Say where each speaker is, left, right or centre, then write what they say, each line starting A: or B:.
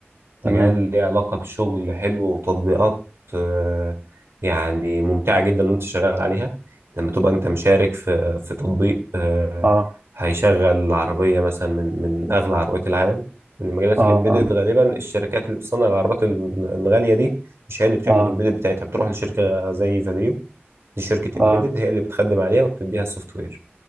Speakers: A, on the right (about 45°); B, on the right (about 85°).
A: تمام
B: مجال ليه علاقة بشغل حلو وتطبيقات آه، يعني ممتعة جدا وانت شغال عليها لما تبقى انت مشارك في في تطبيق آه،
A: اه
B: هيشغل العربية مثلا من من أغلى عربيات العالم من مجالات
A: اه
B: الإمبيدد
A: اه
B: غالبا الشركات اللي بتصنع العربيات ال- الغالية دي مش هي اللي بتعمل
A: اه
B: الإمبيدد بتاعتها بتروح لشركة زي فاليو دي شركة
A: اه
B: إمبيدد هي اللي بتخدم عليها وبتديها السوفت وير